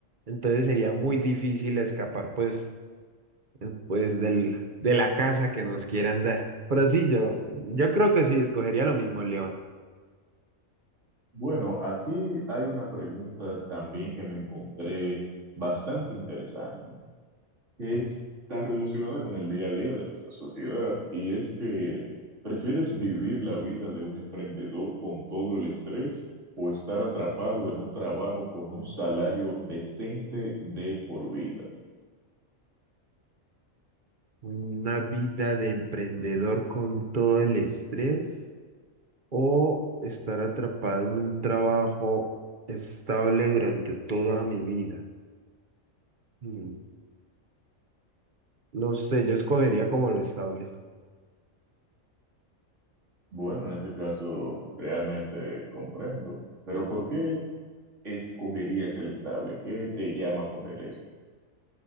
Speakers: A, on the right; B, on the right.
A: entonces sería muy difícil escapar pues, eh, pues del, de la casa que nos quieran dar. Pero sí, yo, yo creo que sí, escogería lo mismo, león.
B: Bueno, aquí hay una pregunta también que me encontré bastante interesante. que está relacionada con el día a día de nuestra sociedad y es que ¿prefieres vivir la vida de un emprendedor con todo el estrés o estar atrapado en un trabajo con un salario decente de por vida?
A: Una vida de emprendedor con todo el estrés o estar atrapado en un trabajo estable durante toda mi vida. Mm, No sé, yo escogería como lo estable.
B: Bueno, en ese caso realmente comprendo, pero ¿por qué escogerías el estable? ¿Qué te llama a coger eso?